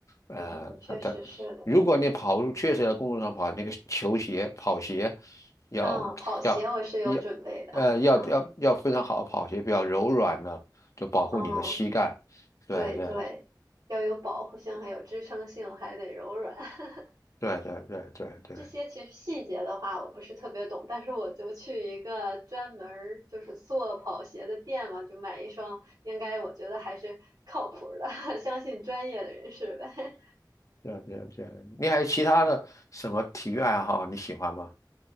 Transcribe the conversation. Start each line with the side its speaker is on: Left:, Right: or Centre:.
Left: 呃，
Right: 嗯，确实是的。
Left: 他的，如果你跑路，确实在公路上跑，那个球鞋、跑鞋要要要，
Right: 啊，跑鞋我是有准备的啊，
Left: 呃，要要要非常好的跑鞋，
Right: 嗯
Left: 比较柔软的，就保护你的膝盖。
Right: 哦，
Left: 对对
Right: 对对，要有保护性，还有支撑性，还得柔软。<laughs>
Left: 对对对对对
Right: 这些其实细节的话，我不是特别懂，但是我就去一个专门儿就是做跑鞋的店嘛，就买一双，应该我觉得还是靠谱的，<laughs> 相信专业的人士呗。
Left: 对对对，你还有其他的什么体育爱好你喜欢吗？